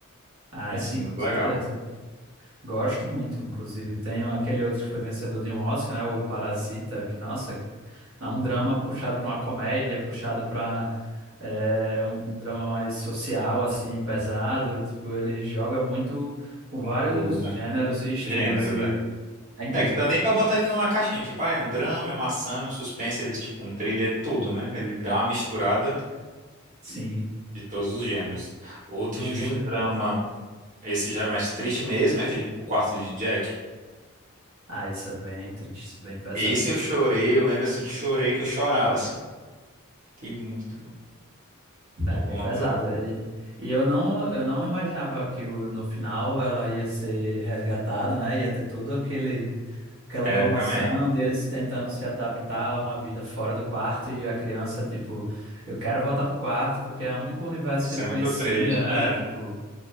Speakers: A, on the right; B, on the right.
A: Ah,
B: Isso
A: é sim,
B: é muito
A: com certeza.
B: legal.
A: Gosto muito, inclusive. Tem aquele outro que foi vencedor de um Oscar, né? O Parasita, que, nossa. É um drama puxado para uma comédia, puxado para um, um drama mais social, assim, pesado. Tipo, ele joga muito com
B: Com
A: vários
B: tudo, né?
A: gêneros e estilos
B: Gênero,
A: e
B: velho.
A: é incrível.
B: É que não dá nem pra botar ele numa caixinha, tipo, ah, é um drama, é uma ação, é um suspense, ele, tipo, um thriller, é tudo, né? Ele dá uma misturada
A: Sim,
B: de todos os gêneros. Outro
A: justamente.
B: de um drama, esse já é mais triste mesmo, é aquele O Quarto de Jack.
A: Ah, isso é bem triste, bem pesado.
B: Esse eu chorei, eu lembro assim, chorei que eu chorava, assim, Fiquei muito
A: É
B: quando.
A: bem pesado. E, e eu não, eu não imaginava que o- no final ela ia ser resgatada, né? Ia ter todo aquele aquela
B: É,
A: comoção
B: eu também.
A: deles tentando se adaptar a uma vida fora do quarto e a criança, tipo, eu quero voltar pro quarto porque é o único universo
B: Isso
A: que ele
B: é
A: conhecia,
B: muito triste.
A: né?
B: É.
A: Tipo,